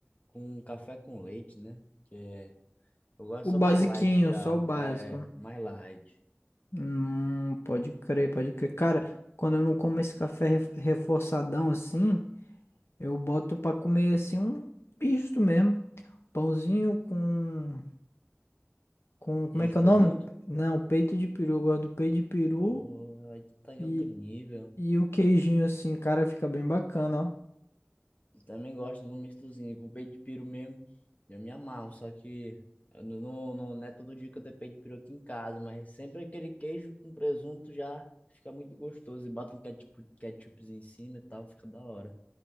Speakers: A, on the left (about 35°); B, on the left (about 65°).
A: com café com leite, né? Que é, eu gosto
B: O basiquinho,
A: só mais light já,
B: só o básico.
A: é mais light.
B: Hum, pode crer, pode crer. Cara, quando eu não como esse café ref- reforçadão assim, eu boto pra comer assim um misto mesmo. Pãozinho com, com, como
A: Queijo
B: é que
A: e
B: é
A: presunto?
B: o nome? Não, peito de peru. Eu gosto do peito de peru
A: Pô, aí tu tá em
B: e,
A: outro nível.
B: e o queijinho assim, cara, fica bem bacana, ó.
A: Eu também gosto de um mistozinho com peito de peru mesmo. Eu me amarro, só que eu não, não, não não é todo dia que eu tenho peito de peru aqui em casa, mas sempre aquele queijo com presunto já fica muito gostoso. E bota um ketchup, ketchupzinho em cima e tal, fica da hora.